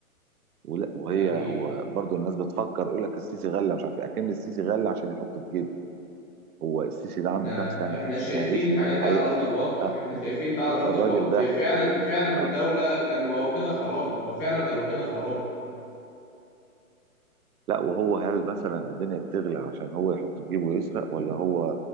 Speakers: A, on the right; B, on the left.
A: ولا وهي
B: يعني
A: هو برضو الناس بتفكر يقول لك السيسي غلى مش عارف ايه اكن السيسي غلى عشان يحط في جيبه هو السيسي ده
B: احنا
A: عنده كام سنة
B: احنا
A: السيسي
B: شايفين
A: هيعيش
B: الحاجات دي
A: هي...
B: على ارض الواقع
A: آه
B: احنا شايفين ده على ارض
A: الراجل
B: الواقع
A: ده
B: هي فعلا فعلا الدوله
A: اه
B: كان واخدها خرابه هو فعلا كان واخدها خرابه
A: لا وهو هل مثلا الدنيا بتغلى عشان هو يحط في جيبه ويسرق ولا هو